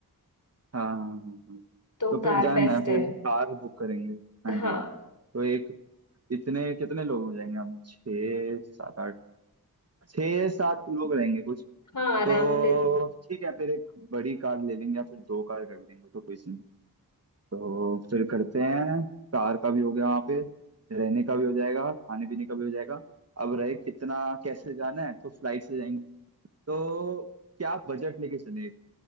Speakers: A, on the right; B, on the left.
A: हाँ हाँ हाँ हाँ
B: तो
A: तो फिर
B: कार
A: डन
B: बेस्ट
A: है फिर
B: है
A: कार बुक करेंगे हाँ
B: हाँ
A: जी तो एक इतने कितने लोग हो जाएंगे हम छः सात आठ छः सात लोग रहेंगे कुछ
B: हाँ आराम
A: तो
B: से
A: ठीक है फिर एक बड़ी कार ले लेंगे या फिर दो कार कर लेंगे तो कोई सीन नहीं। तो फिर करते हैं कार का भी हो गया वहाँ पे रहने का भी हो जाएगा खाने पीने का भी हो जाएगा अब रहे कितना कैसे जाना है तो फ्लाइट से जाएंगे तो क्या बजट लेके चले